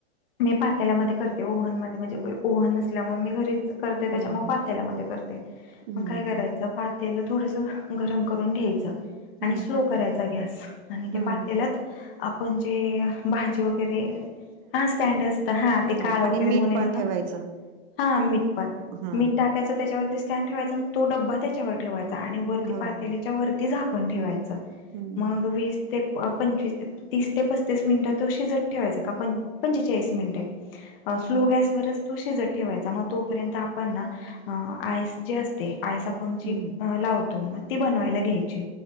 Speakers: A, on the left; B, on the right.
A: मी पात्यालामध्ये करते ओव्हन मध्ये म्हणजे ओव्हन नसल्यामुळे मी घरीच करते त्याच्या
B: हम्म
A: मग
B: हम्म
A: पातेल्या मधे करते
B: हम्म
A: मग काय
B: हम्म
A: करायच पातेल थोडंसं गरम करून घ्यायचं आणि
B: हम्म
A: स्लो करायचा गॅस आणि ते
B: हम्म
A: पातेल्यात
B: हम्म
A: आपण जे भाजी वगैरे हा स्टँड असत हा ते काळं
B: हो आणि
A: वगैरे
B: मीठ
A: हो नये
B: पण
A: म्हणून
B: ठेवायचं
A: हा मीठ पण
B: हम्म
A: मीठ टा त्याच त्याच्यावरती स्टँड ठेवायचा आणि तो डब्बा त्याच्यावर ठेवायचा आणि वरती
B: हो
A: पातेलीच्या
B: हो
A: वरती झाकण ठेवायचं चा
B: हम्म
A: मग वीस तें पंचवीस तीस ते पस्तीस मिनिटं शिजत ठेवाय का पन पंचेचाळीस मिनिटं अं स्लो गॅसवरच तो शिजत ठेवायचा मग तोपर्यंत आपण ना हां आईस जे असते आईस आप पण जे
B: हम्म
A: लावतो मग ती बनवाला घ्यायची